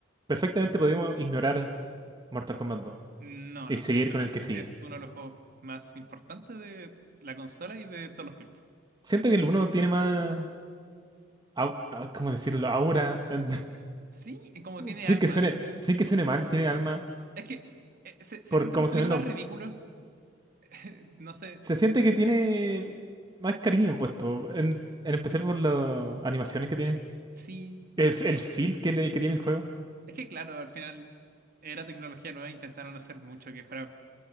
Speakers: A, on the right (about 20°); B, on the right (about 50°).
A: perfectamente podemos ignorar Mortal Kombat 2
B: No,
A: y
B: no
A: seguir
B: se puede ignorar.
A: con el que sigue.
B: Es uno de los juegos más importantes de la consola y de todos los tiempos.
A: Siento que el uno tiene más, au- ah, ¿cómo decirlo? Aura. <laughs>
B: Sí, como tiene
A: Sí
B: alma.
A: que suene, sí que suene mal, tiene alma
B: Es que eh, se, se
A: por
B: siente
A: cómo
B: un poquito
A: se ven
B: más
A: los,
B: ridículo. <laughs> No sé,
A: se siente que tiene más cariño puesto, en, en especial por las animaciones que tiene,
B: sí.
A: el, el feel que, le, que tiene el juego.
B: Es que claro, al final era tecnología nueva, intentaron hacer mucho que fuera...